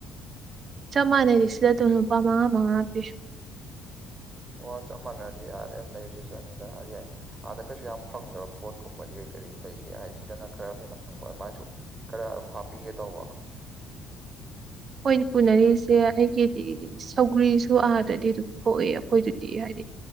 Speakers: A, on the right; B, on the right.
A: ꯆꯞ ꯃꯥꯟꯅꯩꯔꯤ ꯁꯤꯗ ꯑꯗꯨꯝ ꯂ ꯅꯨꯄꯥ ꯃꯉꯥ ꯃꯉꯥ ꯍꯥꯞꯄꯤꯌ
B: ꯑꯣ ꯆꯞ ꯃꯥꯟꯅꯗꯤ ꯑꯗꯩꯦꯝ ꯂꯩ ꯆꯠ ꯆꯠꯅꯤꯗ ꯌꯥꯏ ꯑꯥꯗ ꯀꯩꯁꯨ ꯌꯥꯝ ꯐꯪꯗꯕ ꯄꯣꯠꯀꯨꯝꯕꯗꯤ ꯀꯔꯤ ꯀꯔꯤ ꯂꯩꯒꯦ ꯍꯥꯏꯗꯤ ꯁꯤꯗꯅ ꯈꯔ ꯍꯦꯟꯅ ꯐꯪꯕ ꯑꯗꯨꯃꯥꯏꯁꯨ ꯈꯔ ꯑꯗꯨꯝ ꯍꯥꯞꯄꯤꯒꯦ ꯇꯧꯕ
A: ꯑꯈꯣꯏꯅ ꯄꯨꯅꯔꯤꯁꯦ ꯑꯩꯒꯤꯗꯤ ꯁꯧꯒ꯭ꯔꯤꯁꯨ ꯑꯥꯗꯗꯤ ꯑꯗꯨꯝ ꯊꯣꯛꯑꯦ ꯑꯩꯈꯣꯏꯗꯨꯗꯤ ꯍꯥꯏꯗꯤ